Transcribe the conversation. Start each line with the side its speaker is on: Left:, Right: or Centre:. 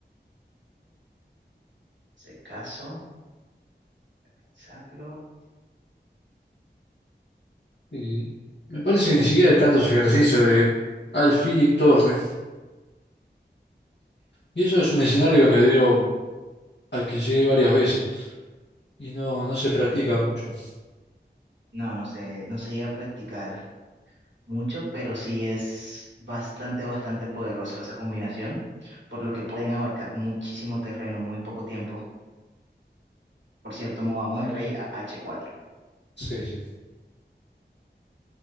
Right: ese caso, pensarlo.
Left: Y me parece que ni siquiera hay tantos ejercicios de alfil y torre. Y eso es un escenario que me dio, al que llegué varias veces y no, no se practica mucho.
Right: No, no se, no se llega a practicar mucho, pero sí es bastante, bastante poderoso esa combinación, por lo que pueden abarcar muchísimo terreno en muy poco tiempo. Por cierto, movamos el rey a H4.
Left: Sí, sí.